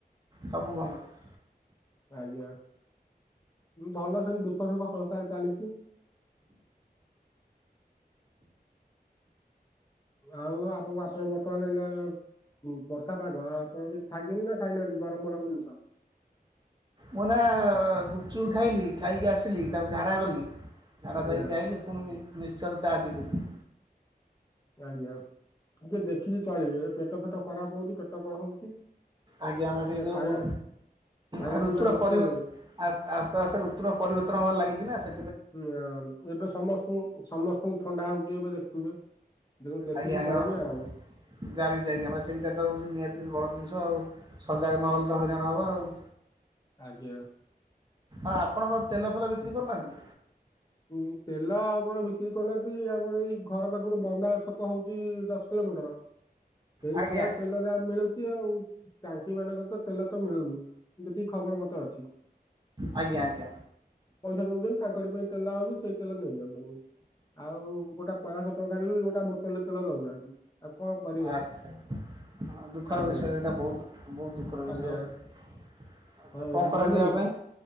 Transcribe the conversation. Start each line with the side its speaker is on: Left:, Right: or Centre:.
Right: ସବୁ ଗର୍ମେଣ୍ଟେ।
Left: ଆଜ୍ଞା ଭଲ ସେମିତି ଦୁଃଖ ସୁଖ ସଂସାର ଚାଲିଚି। ଆଉ ଆଗକୁ ଆପଣ ବର୍ତ୍ତମାନ ଏଇନା <inaudible> ହୁଁ ବର୍ଷା ପାଗ ଆ ଆପଣ କିଛି ଖାଇଛନ୍ତି ନା ଖାଇନାହାନ୍ତି ଗରମ ଗରମ ଜିନିଷ
Right: ମୁଁ ନା ଗୁପଚୁପ ଖାଇଲି, ଖାଇକି ଆସିଲି ତାପରେ ଝାଡ଼ା ଗଲି। ଝାଡା
Left: ଆଜ୍ଞା
Right: ଯାଇକି ଆଇଲି ପୁଣି ମି ମିଶ୍ଚର ଚା ପିିଇଦେଲି।
Left: ଆଜ୍ଞା ଟିକେ ଦେଖିକି ଚଳିବେ ଏ ପେଟ ଫେଟ ଖରାପ ହଉଛି ପେଟ କଣ ହଉଛି।
Right: ଆଜ୍ଞା ବା
Left: ଟିକେ
Right: ସେଇ ଯୋଉ
Left: ଖାଇବା ଖାଇବା
Right: ଅ ଋତୁର
Left: ପିଇବାର ଯତ୍ନ
Right: ପରିବର୍ତ୍ତ
Left: ନେବେ।
Right: ଆସ୍ତ ଆସ୍ତେ ଆସ୍ତେ ଋତୁର ପରିବର୍ତ୍ତନ ହବାର ଲାଗିଛି ନା ସେ
Left: <unintelligible> ସମସ୍ତଙ୍କୁ ସମସ୍ତଙ୍କୁ ଥଣ୍ଡା ହଉଛି ଏବେ ଦେଖୁଥିବେ। ତେଣୁ ଦେଖିକି
Right: ଆଜ୍ଞା ଆଜ୍ଞା
Left: ଚଳିବେ
Right: ଅଁ
Left: ଆଉ।
Right: ଜାଣିଛି ଆଜ୍ଞା ହଁ ସେଇଟା ତ ହେଉଛି ନିହାତି ବଡ଼ ଜିନିଷ ଆଉ। ସଜାଗ ନହେଲେ ତ ହଇରାଣ ହବା ଆଉ।
Left: ଆଜ୍ଞା।
Right: ଅଁ ଆପଣଙ୍କ କଣ ତେଲ ଫେଲ ବିକ୍ରି କରୁନାହାଁନ୍ତି।
Left: ଉଁ ତେଲ ଆମର ବିକ୍ରି କରୁନାହାନ୍ତି ଆମର ଏଇ ଘର ପାଖରୁ ବନ୍ଦାଳ ଛକ ହଉଛି ଦଶ କିଲୋମିଟର୍। ସେଇ
Right: ଆଜ୍ଞା
Left: ଜାଗାରେ ତେଲ ଯା ମିଳୁଛି ଆଉ ଟାଙ୍କି ମାନଙ୍କରେ ତ ତେଲ ତ ମିଳୁନି। ଯେତିକି ଖବର ମତେ ଅଛି
Right: ଆଜ୍ଞା ଆଜ୍ଞା
Left: ପଇସା ଦଉଛନ୍ତି ତାଙ୍କରି ପାଇଁ। ତେଲ ଆଉଛି ସେଇ ତେଲ ନେଇଯାଉଚନି। ଆଉ ଗୋଟା ପାଞ୍ଚଶହ ଟଙ୍କାରେ ବି ଗୋଟା ବୋତଲେ ତେଲ ଦଉନାହାନ୍ତି। ଆଉ କଣ କରିବା।
Right: ଆଚ୍ଛା। ଦୁଃଖର
Left: ଆଜ୍ଞା
Right: ବିଷୟ ଏଇଟା ବହୁତ, ବହୁତ ଦୁଃଖର ବିଷୟ।
Left: ଆଜ୍ଞା
Right: ତ
Left: ହଉ
Right: କଣ କରାଯିବ
Left: ବନ୍ଧୁ
Right: ଆ ପାଇଁ।